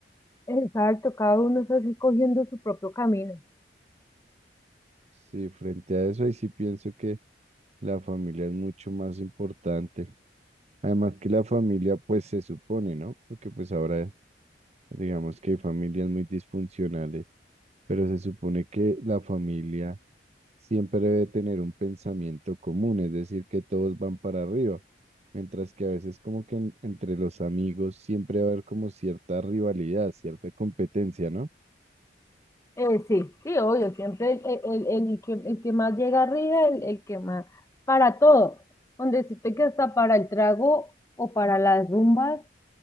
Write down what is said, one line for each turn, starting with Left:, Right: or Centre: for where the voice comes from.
Left: exacto, cada uno está así cogiendo su propio camino.
Right: Sí, frente a eso, ahí sí pienso que la familia es mucho más importante. Además que la familia, pues se supone, ¿no? Porque pues ahora digamos que hay familias muy disfuncionales, pero se supone que la familia siempre debe tener un pensamiento común, es decir, que todos van para arriba, mientras que a veces como que en- entre los amigos siempre va a haber como cierta rivalidad, cierta competencia, ¿no?
Left: Eh, sí, sí, obvio, siempre el, el, el, el que, el que más llega arriba, el, el que más, para todo, donde decirte que hasta para el trago o para las rumbas,